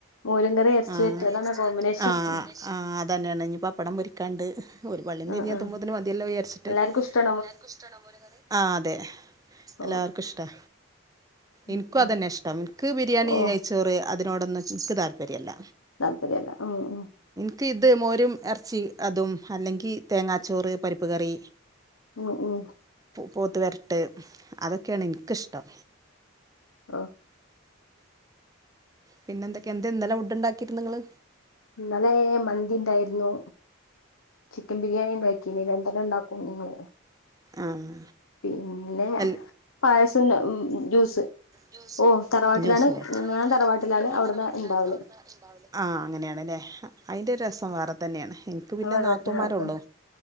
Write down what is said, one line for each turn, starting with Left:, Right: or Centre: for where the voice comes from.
Left: മോരും കറി എറച്ചി
Right: ആഹ്
Left: വരട്ടി അതാണ് കോമ്പിനേഷൻ
Right: ആഹ്
Left: ഉം
Right: ആഹ് അതന്നെയാണ് ഇനി ആഹ് ആഹ് അതന്നെ പപ്പടം പൊരിക്കാണ്ട് ഓര് പള്ളിന്ന്
Left: ആഹ്
Right: ഇരിഞ്ഞത്തുമ്പോത്തന്
Left: ആഹ്
Right: മതിയല്ലാം വിജാരിച്ചിട്ട്
Left: എല്ലാർക്കും ഇഷ്ടാ
Right: എല്ലാർക്കും ഇഷ്ടാണോ മോരും കറി ആഹ് അതെ
Left: ഓ
Right: എല്ലാർക്കും ഇഷ്ടാ
Left: ഉം
Right: ഇന്ക്കും
Left: ഉം
Right: അതന്നെ ഇഷ്ടം ഇന്ക്ക് ബിരിയാണി
Left: ഓ
Right: നെയ്ച്ചോറ് അതിനോടൊന്നും ഇന്ക്ക് താല്പര്യല്ല
Left: താല്പര്യല്ല ഉം ഉം
Right: ഇന്ക് ഇത് മോരും ഇറച്ചി അതും അല്ലെങ്കിൽ തേങ്ങാച്ചോറ് പരിപ്പ് കറി
Left: ഉം ഉം
Right: പോത്ത് വരട്ട് അതൊക്കെയാണ് എന്ക്കിഷ്ടം
Left: ആഹ്
Right: പിന്നെന്തൊക്കെയ എന്തെ ഇന്നലെ ഫുഡ്‌ ഉണ്ടാക്കിയിരുന്നത് ഇങ്ങള്
Left: ഇന്നലെ മന്തിണ്ടായിരുന്നു ചിക്കൻ ബിരിയാണി ഉണ്ടായി ക്കിനി രണ്ടെണ്ണം ഉണ്ടാക്കും ഇങ്ങള്
Right: ആഹ്
Left: പിന്നെ
Right: എൽ
Left: പായസം ജ്യൂസ്
Right: ജ്യൂസ്
Left: ഓ തറവാട്ടിലാണ്
Right: ജ്യൂസ്‌ ലെ തറവാട്ടിലാണ്
Left: ഞാൻ
Right: ഞാൻ
Left: അവിടുന്ന്
Right: തറവാട്ടിലാണ്
Left: ഇണ്ടാവല്
Right: അവിടുന്ന് ഇണ്ടാവല് ആഹ് അങ്ങനെയണല്ലേ അതിൻ്റെ രസം വേറെ തന്നെയാണ് എനിക്ക് പിന്നെ
Left: അവ
Right: നാത്തൂമാരുള്ളൂ
Left: രസമാർക്കും